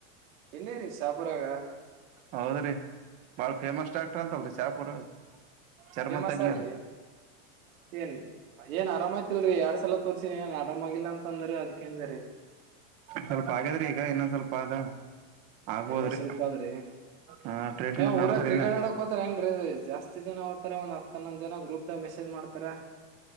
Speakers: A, on the right; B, on the right.
A: ಇಲ್ಲೇ ರರಿ ಶಾಪರಾಗ
B: ಹೌದ್ರಿ ಬಾಳ ಫೇಮಸ್ ಆಕ್ಟ ಅಂತಲ್ರಿ ಶಾಪುರ್ ಚರ್ಮ
A: ಫೇಮಸ್
B: ತಗ್ನಾರ
A: ಆರ್ರಿ ಏನ್ ಏನ್ ಆರಾಮಯ್ತಿಲ್ರರಿ ಎರಡ್ ಸಲ ತೋರ್ಸಿನಿ ಏನ್ ಆರಾಮ ಆಗಿಲ್ಲ ಅಂತ ಅಂದ್ರ ಅದ್ಕೇನ್್ರರಿ <unintelligible>
B: ಸ್ವಲ್ಪ ಆಗಾದ್ರೆ ಈಗ ಇನ್ನ ಸ್ವಲ್ಪ ಅದ ಆಗ್ಬೋದ್ರಿ
A: ಇನ್ನ <unintelligible>
B: ಹಾ ಟ್ರೀಟ್ಮೆಂಟ್
A: ಏ ಊರಾಗ
B: ನಡದರಿ
A: ಕ್ರಿಕೆಟ್
B: ಇನ್ನ
A: ಆಡಕ್ ಹೋತಾರ ಏನ್ೀ ಜಾಸ್ತಿ ಜನ ಹೋ್ತಾರ ಒಂದ ಹನ್ನೊಂದ ಜನ ಗ್ರೂಪ್ ದ ಮೆಸೇಜ್ ಮಾಡ್ತಾರೆ ಅತರ